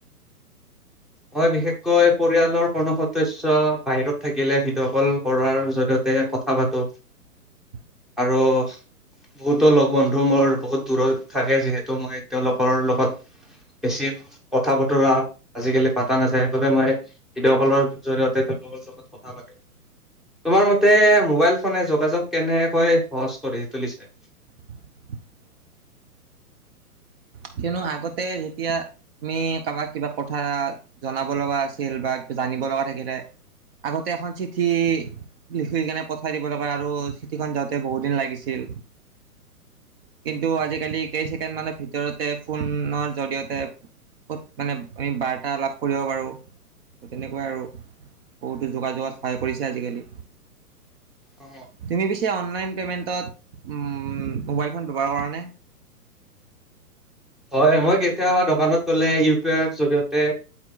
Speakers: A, in the centre; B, on the right (about 40°).
A: হয় বিশেষকৈ পৰিয়ালৰ কোনো সদস্যয় বাহিৰত থাকিলে ভিডিঅ' কল কৰাৰ জৰিয়তে কথা পাতো।
B: <inaudible>
A: আৰু বহুতো লগ বন্ধু মোৰ, বহুত দূৰত থাকে যিহেতু মই এতিয়াও তেওঁলোকৰ লগত বেছি কথা বতৰা আজিকালি পাতা নাযায় সেইবাবে মই ভিডেঅ' কলৰ জৰিয়তে তেওঁলোকৰ লগত কথা পাতো। তোমাৰ মতে মোবাইল ফোনে যোগাযোগ কেনেকৈ সহজ কৰি তুলিছে?
B: <inaudible> কিয়নো আগতে যেতিয়া তুমি কাবাক কিবা কথা জনাব লগা আছিল বা আানিব লগা থাকিলে আগতে এখন চিঠি লিখি কেনে পঠাই দিব লগা আৰু চিঠিখন যাওঁতে বহুত দিন লাগিছিল। কিন্তু আজিকালি কেইছেকেণ্ড মানৰ ভিতৰত তে ফোনৰ জৰিয়তে কত মানে আমি বাৰ্তা লাভ কৰিব পাৰো। তেনেকুৱাই আৰু বহুতো যোগাযোগত সহায় কৰিছে আজিকালি।
A: অ,
B: তুমি পিছে অ অনলাইন পে'মেণ্টত মোবাইল ফোন ব্যৱহাৰ কৰা নে?
A: হয় মই কেতিয়াবা দোকানত গ'লে ইউ পি আইৰ জৰিয়তে